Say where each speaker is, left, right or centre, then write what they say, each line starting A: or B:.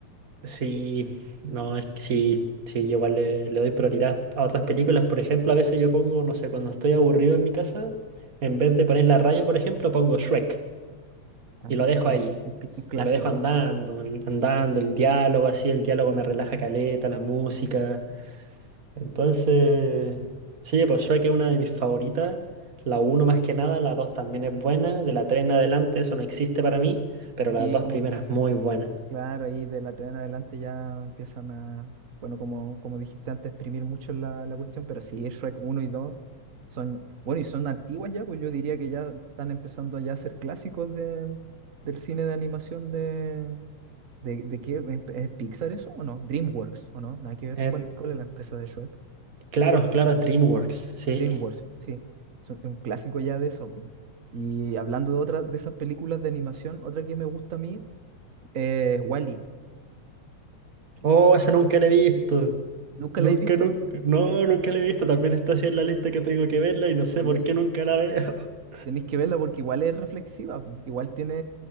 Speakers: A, on the right; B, on the right.
A: Sí, no, es que sí, sí, yo igual le, le doy prioridad a otras películas. Por ejemplo, a veces yo pongo, no sé, cuando estoy aburrido en mi casa, en vez de poner la radio, por ejemplo, pongo Shrek
B: Ah,
A: y lo dejo
B: sí,
A: ahí.
B: un cl- un clásico.
A: Y lo dejo andando, an- andando, el diálogo, así, el diálogo me relaja caleta, la música. Entonces, sí, pues Shrek es una de mis favoritas. La uno más que nada, la 2 también es buena. De la 3 en adelante, eso no existe para mí, pero las
B: Sí,
A: dos
B: como
A: primeras muy buenas.
B: Claro, ahí de la TVN en adelante ya empiezan a, bueno, como, como dijiste antes, exprimir mucho la, la cuestión, pero sí, Shrek uno y 2 son, bueno, y son antiguas ya, pues yo diría que ya están empezando ya a ser clásicos de, del cine de animación de, de, de qué, ¿es Pixar eso o no? DreamWorks, ¿o no? Nada que ver,
A: Eh,
B: ¿cuál, cuál es la empresa de Shrek?
A: claro, claro, DreamWorks, sí.
B: DreamWorks, sí, son es un clásico ya de eso. pues. Y hablando de otra, de esas películas de animación, otra que me gusta a mí es Wall-E.
A: Oh, esa nunca la he visto.
B: ¿Nunca
A: Nunca,
B: la he visto?
A: nunca. No, nunca la he visto. También está así en la lista que tengo que verla y no sé
B: Sí,
A: por qué nunca la veo. <laughs>
B: Tenéis que verla porque igual es reflexiva, po. Igual tiene,